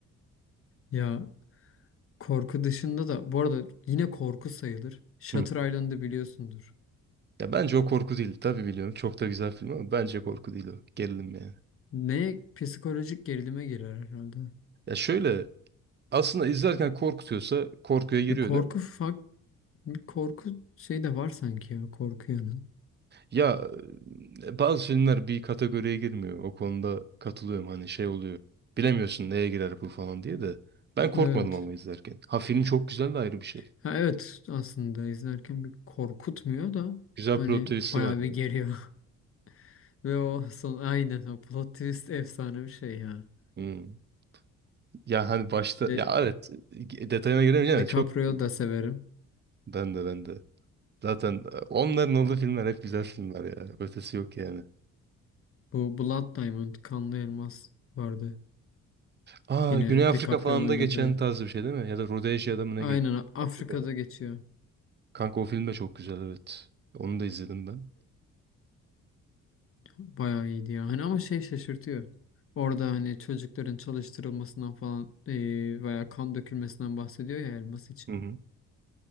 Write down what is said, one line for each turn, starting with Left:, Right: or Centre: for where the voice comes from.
Left: Ya korku dışında da bu arada yine korku sayılır. Shutter
Right: Hı.
Left: Island'ı biliyorsundur.
Right: Ya bence o korku değil. Tabii biliyorum. Çok da güzel film ama bence korku değil o. Gerilim yani.
Left: Ne psikolojik gerilime girer herhalde.
Right: Ya şöyle aslında izlerken korkutuyorsa korkuya giriyor
Left: Bir korku
Right: değil mi?
Left: fak bir korku şey de var sanki ya korku yanı.
Right: Ya e, bazı filmler bir kategoriye girmiyor. O konuda katılıyorum hani şey oluyor. Bilemiyorsun neye girer bu falan diye de. Ben korkmadım
Left: Evet.
Right: ama izlerken. Ha film çok güzel de ayrı bir şey.
Left: Ha evet aslında izlerken bir korkutmuyor da
Right: Güzel
Left: hani
Right: plot twist'i
Left: bayağı
Right: var. Yani.
Left: bir geriyor. <laughs> Ve o son aynen o plot twist efsane bir şey ya.
Right: Hmm. Ya hani başta
Left: Bir
Right: ya
Left: de
Right: evet e, e, detayına giremeyeceğim
Left: DiCaprio'yu
Right: ama çok iyi film.
Left: da severim.
Right: Ben de ben de. Zaten e, onların olduğu filmler hep güzel filmler ya. Ötesi yok yani.
Left: Bu Blood Diamond Kanlı Elmas vardı.
Right: Aa
Left: Yine
Right: Güney Afrika
Left: DiCaprio'nun
Right: falan da
Left: oynadığı.
Right: geçen tarzı bir şey değil mi? Ya da Rodezya'da mı ne
Left: Aynen
Right: geçiyor?
Left: Afrika'da
Right: Afrika'da.
Left: geçiyor.
Right: Kanka o film de çok güzel evet. Onu da izledim ben.
Left: Bayağı iyiydi ya. Hani ama şey şaşırtıyor. Orada hani çocukların çalıştırılmasından falan eee veya kan dökülmesinden bahsediyor ya elmas için.
Right: Hı hı.